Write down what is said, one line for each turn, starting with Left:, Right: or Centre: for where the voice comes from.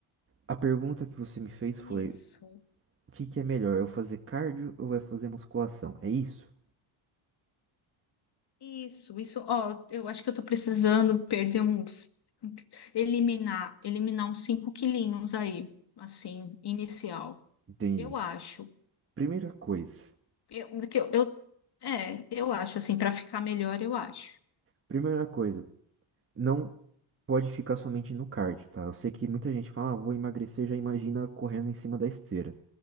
Right: A pergunta que você me fez
Left: Isso,
Right: foi: o que que é melhor, eu fazer cardio ou eu fazer musculação? É isso?
Left: isso, isso. Ó, eu acho que eu tô precisando perder uns, eliminar, eliminar uns 5 quilinhos aí, assim, inicial.
Right: Entendi.
Left: Eu acho.
Right: Primeira coisa,
Left: Eu, que eu, eu- é, eu acho, assim, para ficar melhor, eu acho.
Right: primeira coisa, não pode ficar somente no cardio, tá? Eu sei que muita gente fala, ah, vou emagrecer, já imagina correndo em cima da esteira.